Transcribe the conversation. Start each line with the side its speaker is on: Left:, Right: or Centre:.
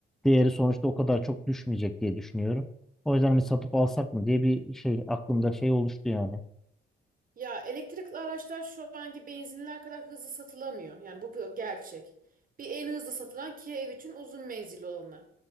Centre: değeri sonuçta o kadar çok düşmeyecek diye düşünüyorum. O yüzden hani satıp alsak mı diye bir şey aklımda şey oluştu yani.
Right: Ya elektrikli araçlar şu anki benzinler kadar hızlı satılamıyor. Yani bu bir gerçek. Bir en hızlı satılan Kia Ev3'ün uzun menzilli olanı.